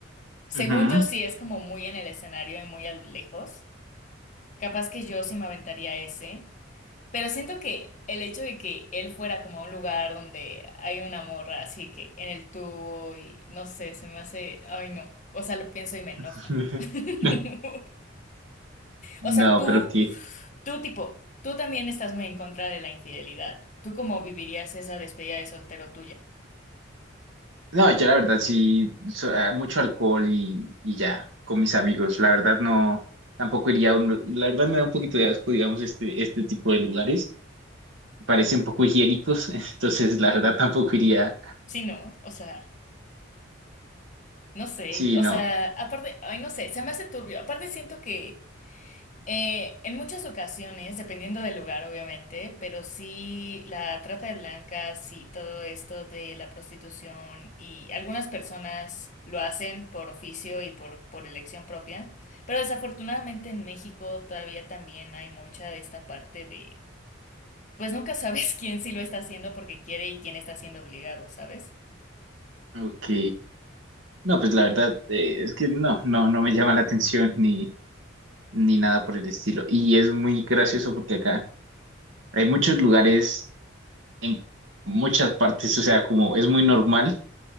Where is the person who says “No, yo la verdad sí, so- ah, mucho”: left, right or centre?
Right